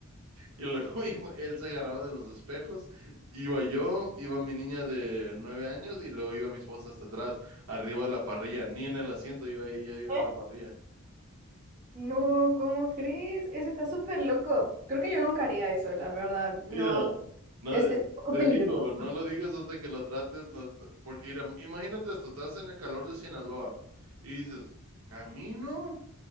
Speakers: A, on the right; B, on the right.
A: y luego <laughs> iba- él se agarraba de los espejos, iba yo, iba mi niña de nueve años y luego iba mi esposa hasta atrás, arriba de la parrilla, ni en el asiento, yo ella iba
B: ¿Eh?
A: en la parrilla.
B: No, ¿cómo crees? Eso está súper loco. Creo que yo nunca haría eso, la verdad.
A: Mira,
B: No.
A: no,
B: Es, es un poco
A: te
B: peligroso.
A: digo, no lo digas hasta que lo trates, no- no, porque mira, imagínate esto, estás en el calor de Sinaloa y dices, ¿camino